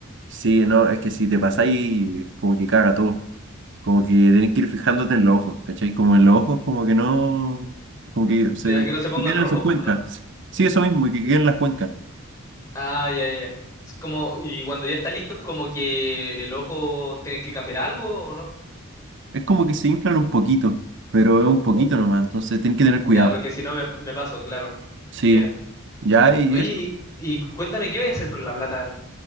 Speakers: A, on the right (about 55°); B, on the left (about 15°).
A: Sí, no, es que si te pasáis, como que caga todo. Como que tenés que ir fijándote en los ojos, ¿cachai? Como en los ojos, como que no, como que se
B: Ya que no se pongan
A: que quedan
B: rojo,
A: en sus cuencas.
B: ¿o no?
A: Sí, eso mismo, que quedan en las cuencas.
B: Ah, ya, ya. ya. Es como, y cuando ya está listo, es como que el ojo tiene que cambiar algo o no.
A: Es como que se inflan un poquito, pero es un poquito nomás, entonces tenés que tener cuidado.
B: Ya, porque si no me, me paso, claro.
A: Sí,
B: Ya.
A: ya, y
B: Oye,
A: esto.
B: y, y cuéntame, ¿qué voy a hacer con la plata?